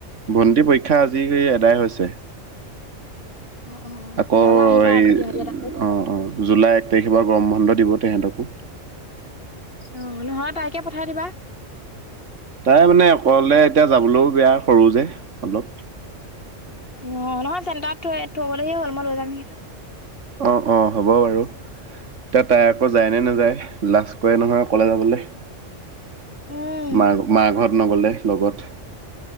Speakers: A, on the right; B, on the left.
A: ভণ্টি পৰীক্ষা আজি এদায় হৈছে।
B: অ অ
A: আকৌ
B: তেতিয়াহ'লে আহিবা
A: হে
B: আৰু খেতি বাতি এটা কৰি
A: অ', অ', জুলাই ত' সেইবাৰ গৰম বন্ধ দিব তেহেঁতকো।
B: অহ, নহ'লে তাইকে পঠাই দিবা।
A: প্ৰাই মানে অকলে এতিয়া যাবলৈও বেয়া সৰু যে অলপ।
B: অ', নহয় চেণ্টাৰত থৈ থঙবলৈগে হ'ল মই ৰৈ যাম নেকি?
A: অ', অ', হ'ব বাৰু। এয়া তাই আকৌ যায় নে নাযায়, লাষ্ট কৰে নহয় অকলে যাবলৈ।
B: উম
A: মা, মা ঘৰত নগ'লে লগত।